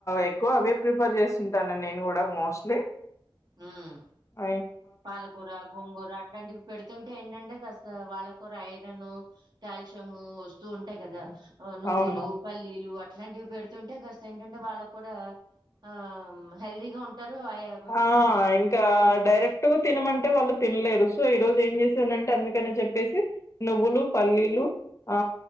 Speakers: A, on the left (about 35°); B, on the right (about 55°).
A: ఎక్కువ అవే ప్రిఫర్ చేస్తుంటాను నేను కూడా మోస్ట్లీ
B: హ్మ్.
A: బ
B: పాలకూర గోంగూర అట్లాంటివి పెడుతుంటే ఏంటంటే కాస్త వాళ్ళ కూర ఐ యే ను కాలిశిము వాస్తూ ఉంటాయి
A: హ్మ్.
B: కదా నువులు
A: అవును.
B: పల్ అట్లాంటివి పెడుతుంటే కాస్త ఏంటంటే వాళ్ళకి కూడా ఆ హెల్దీగా ఉంటారు హాయే
A: ఆ ఇంకా డైరెక్ట్ తినమంటే వాళ్ళు తినలేరు సో ఈరోజు ఏం చేసి ఏందంటే అందుకని చెప్పేసి నువ్వులు పల్లీలు ఆ